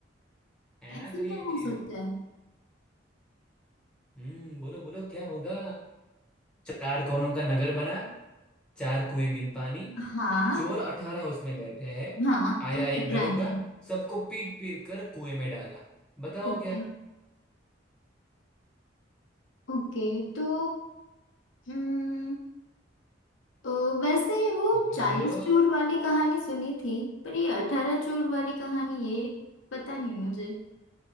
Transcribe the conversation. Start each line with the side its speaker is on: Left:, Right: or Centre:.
Centre: है
Left: ऐसे
Centre: ना क्रिएटिव
Left: क्या हो सकता है
Centre: हम्म बोलो बोलो क्या होगा चार कोनों का नगर बना चार कुएं बिन पानी
Left: हाँ
Centre: चोर अठारह उसमें बैठे हैं
Left: हाँ
Centre: आया
Left: और
Centre: एक
Left: एक
Centre: दरोगा
Left: रानी
Centre: सबको पीट पीट कर कुएं में डाला बताओ
Left: ओके
Centre: क्या
Left: ओके तो हम्म अ, वैसे वो
Centre: बोलो
Left: चालीस
Centre: बोलो
Left: चोर वाली कहानी सुनी थी पर ये अठारह चोर वाली कहानी ये पता नहीं मुझे